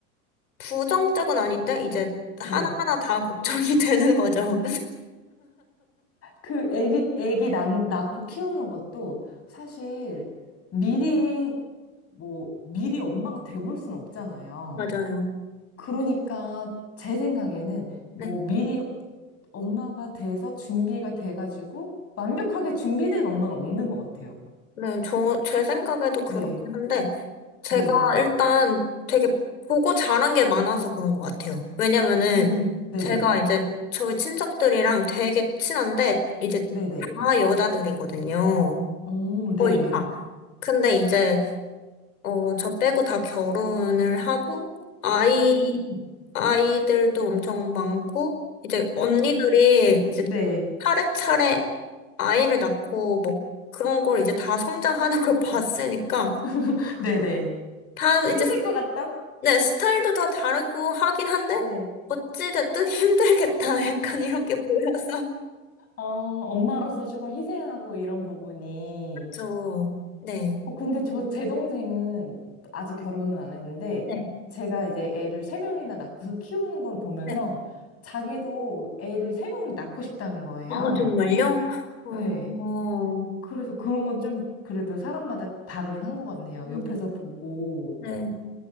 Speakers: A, on the left; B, on the left.
A: 부정적은 아닌데, 이제 하나하나
B: 네.
A: 다 걱정이 <laughs> 되는 거죠.
B: 그 애기 애기 낳, 낳고 키우는 것도 사실 미리 뭐 미리 엄마가 돼볼 순 없잖아요.
A: 맞아요.
B: 그러니까 제 생각에는 뭐
A: 네.
B: 미리 엄마가 돼서 준비가 돼가지고 완벽하게 준비된 엄마는 없는 것 같아요.
A: 네, 저, 제 생각에도 그렇긴
B: 네,
A: 한데, 제가
B: 네,
A: 일단 되게 보고 자란 게 많아서 그런 것 같아요. 왜냐면은
B: 음, 네네,
A: 제가 이제 저희 친척들이랑 되게 친한데 이제
B: 네네,
A: 다 여자들이거든요.
B: 오, 네,
A: 거의 다. 근데 이제 어, 저 빼고 다 결혼을 하고 아이
B: 음,
A: 아이들도 엄청 많고 이제 언니들이 이제
B: 네,
A: 차례차례 아이를 낳고 뭐 그런 걸 이제 다 성장하는 걸 <laughs> 봤으니까
B: <laughs> 네네.
A: 다 이제
B: 힘들 것 같다?
A: 네, 스타일도 다 다르고 하긴 한데,
B: 네.
A: 어찌됐든 <laughs> 힘들겠다. 약간 이런 게 보여서.
B: 어, 엄마로서 조금 희생하고 이런 부분이.
A: 그렇죠. 네.
B: 어, 근데 저, 제 동생은 아직 결혼은 안 했는데,
A: 네.
B: 제가 이제 애를 세 명이나 낳고서 키우는 걸 보면서
A: 네.
B: 자기도 애를 세 명을 낳고 싶다는 거예요.
A: 아, 정말요? 어,
B: 네.
A: 어,
B: 그래서 그런 건 좀 그래도 사람마다 다르긴 한 것 같네요.
A: 음,
B: 옆에서 보고
A: 네.